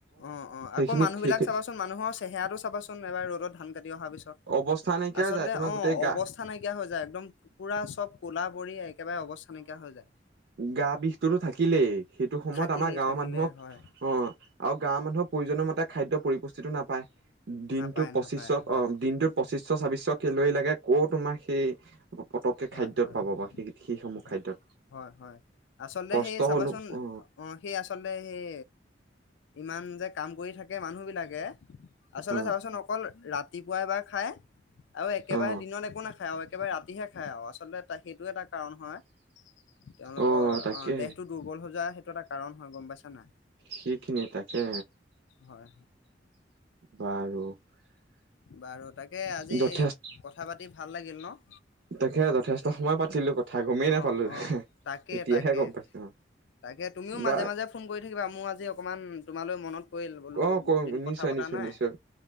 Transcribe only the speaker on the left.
অ- অ
আকৌ মানুহ বিলাক চাবাচোন, মানুহৰ চেহেৰাটো চাবাচোন, এবাৰ ৰ'দত ধান কাটি অহাৰ পিছত,
আচলতে
অ
অৱস্থা নাইকিয়া হৈ যায়, একদম পোৰা চব কলা পৰি একেবাৰে অৱস্থা নাইকিয়া হৈ যায়।
থাকিলেই
থাকিলেই
হয়
নাপায়
নাপায় হয়
হয়-হয়
-হয়
-হয় -হয়, আচলতে
সেই চাবাচোন
অ', সেই আচলতে সেই, ইমান যে', কাম কৰি থাকে মানুহ বিলাকে, আচলতে
চাবাচোন অকল, ৰাতিপুৱা এবাৰ খায় আৰু একেবাৰে
দিনত একো-নাখায আৰু একেবাৰে ৰাতিহে খ, আৰু আচলতে সেইটোয়ে তাক, কাৰণ হয়, তেওঁলোকৰ
অ', দেহটো দুৰ্বল হৈ যোৱাৰ সেইটো এটা কাৰণ হয়, গম পাইছা নাই?
হয়
বাৰত, তাকে, আজি
কথা-পাতি ভাল লাগিল ন',
অ',
- অ', তাকে-তাকে-তাকে
তুমিও
মাজে- -মাজে ফোন কৰি থাকিবা মোৰ আজি অকমান তোমালৈ মনত, পৰিল বোলো
বহুত দিন কথা
পতা নাই।